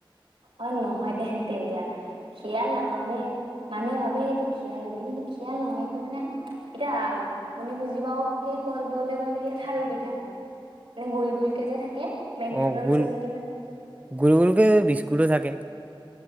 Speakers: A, on the right (about 85°); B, on the right (about 15°).
A: অই ন হয় ধেত তেৰিকা খিয়াল ন নহলে মানুহে ভাবে সেইটো খিয়াল বুলি কিন্তু খিয়াল নহয় সেইটো মানে এতিয়া আপুনি বুজি পাৱাকে কবলৈ গ'লে খাৰু পিঠা নে গোল গোলক কে যে থাক মেকডনল্ছৰ
B: অ গোল
A: নি
B: গোল গোলকে বিস্কুটো থাকে